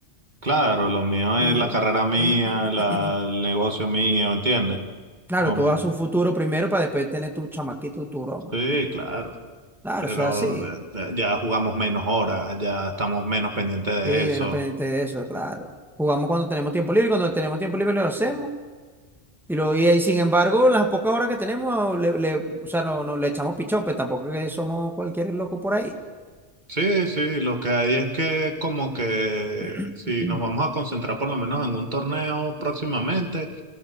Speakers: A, on the right; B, in the centre.
A: claro, lo mío
B: Y
A: es la carrera mía,
B: <clears throat>
A: la, el negocio mío, ¿entiendes?
B: claro,
A: No,
B: tú
A: bueno,
B: haces un futuro primero para después tener tu chamaquito, tu broma.
A: sí, claro.
B: Claro,
A: pero
B: eso es así.
A: de- de- ya jugamos menos horas, ya estamos menos pendientes de
B: Sí,
A: eso.
B: menos pendiente de eso, claro. Jugamos cuando tenemos tiempo libre, cuando tenemos tiempo libre lo hacemos. Y lo y ahí, sin embargo, en las pocas horas que tenemos, le, le- o sea, no, no, le echamos pichón, pero tampoco es que somos cualquier loco por ahí.
A: Sí, sí, lo que hay es que como que
B: <clears throat>
A: si nos vamos a concentrar por lo menos en un torneo próximamente,